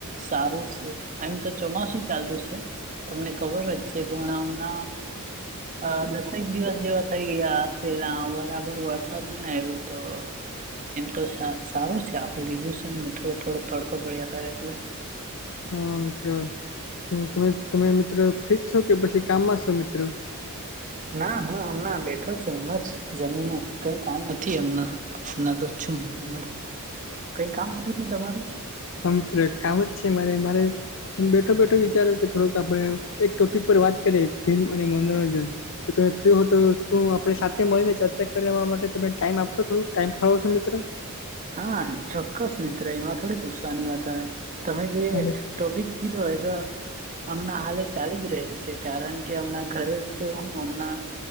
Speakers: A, on the right (about 35°); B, on the left (about 60°).
A: સારું છે આમ તો ચોમાસુ ચાલતુ છે તમને ખબર જ છે પણ આમના હા. દસેક દિવસ જેવા થઈ ગયા છેલા બરાબર વરસાદ નહી આવ્યો તો એમ તો સારું છે આખું લીલું છે એમને થોડો થોડો તડકો પડ્યા કરે એટલે.
B: હા મિત્ર તમે તમે મિત્ર ફિટ છો કે પછી કામમાં છો મિત્ર?
A: ના હું હમના બેઠો છું એમ જ જમીને કઈ કામ નથી એમના. તો છું એમાં કઈ કામ હતું કે તમારું
B: હ મિત્ર તું કામ જ છે મારે મારે હ બેઠો બેઠો વિચારો કે થોડુંક આપડે એક ટોપિક પર વાત કરીએ ફિલ્મ અને મનોરંજન જો તમે ફ્રી હો તો શું આપણે સાથે મળીને ચર્ચા કરવાવા માટે તમે ટાઈમ આપશો થોડો ટાઈમ ફાળવશો મિત્રો?
A: હા ચોક્કસ મિત્ર એમાં થોડી પૂછવાની વાત આવે તમે જઈએ.
B: અમે
A: ટોપિક કી દ એદ. હમણાં હાલે ચાલી જ રહ્યા છે કારણ કે હમણા ઘરે તો હું હમણા